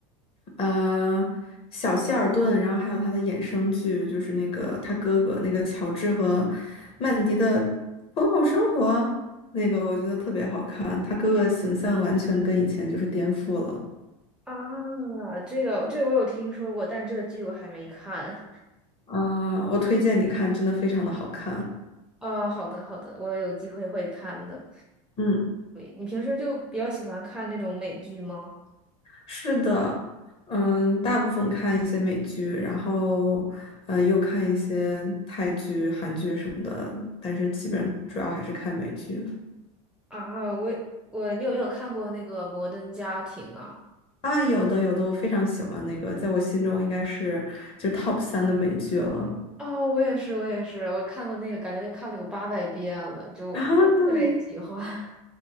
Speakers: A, on the left; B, in the centre.
A: 呃，小希尔顿，然后还有他的衍生剧，就是那个他哥哥那个乔治和曼迪的婚后生活，那个我觉得特别好看，他哥哥的形象完全跟以前就是颠覆了。
B: 啊，这个这个我有听说过，但这个剧我还没看。
A: 啊、我推荐你看，真的非常的好看。
B: 啊，好的好的，我有机会会看的。
A: 嗯，
B: 对，你平时就比较喜欢看那种美剧吗？
A: 是的，嗯，大部分看一些美剧，然后呃又看一些泰剧、韩剧什么的，但是基本上主要还是看美剧。
B: 啊，我也我你有没有看过那个《摩登家庭》啊？
A: 啊，有的有的，我非常喜欢那个，在我心中应该是就是 top 三的美剧了
B: 啊，我也是，我也是，我看过那个，感觉就看了有八百遍了，就特别喜欢。
A: 啊，对，
B: <laughs>